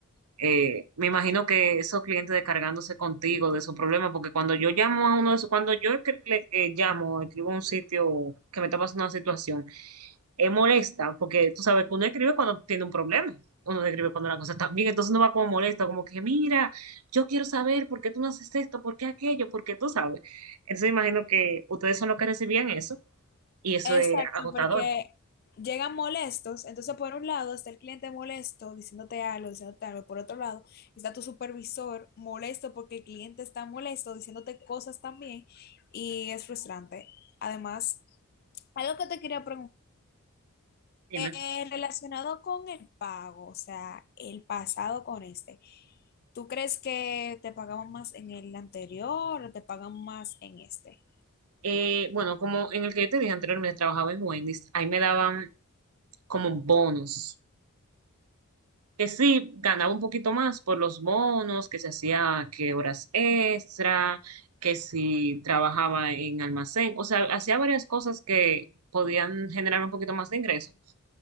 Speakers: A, on the right (about 80°); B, on the left (about 45°).
A: eh, me imagino que esos clientes descargándose contigo de su problema, porque cuando yo llamo a uno de esos, cuando yo que- le eh, llamo, escribo a un sitio que me está pasando una situación, eh, molesta, porque tú sabes que uno escribe cuando tiene un problema, uno no escribe cuando la cosa está bien, entonces uno va como molesto, como que mira, yo quiero saber por qué tú no haces esto, por qué aquello, por qué tú sabes. Entonces imagino que ustedes son los que recibían eso y eso
B: Exacto,
A: es agotador.
B: porque llegan molestos, entonces por un lado está el cliente molesto diciéndote algo, diciéndote algo, por otro lado está tu supervisor molesto porque el cliente está molesto diciéndote cosas también y es frustrante. Además, algo que te quería preguntar,
A: Dime.
B: eh, relacionado con el pago, o sea, el pasado con este, ¿tú crees que te pagaban más en el anterior o te pagan más en este?
A: Eh, bueno, como en el que yo te dije anteriormente, trabajaba en Wendy's, ahí me daban como bonos que sí ganaba un poquito más por los bonos, que se hacía que horas extra, que si trabajaba en almacén, o sea, hacía varias cosas que podían generar un poquito más de ingreso.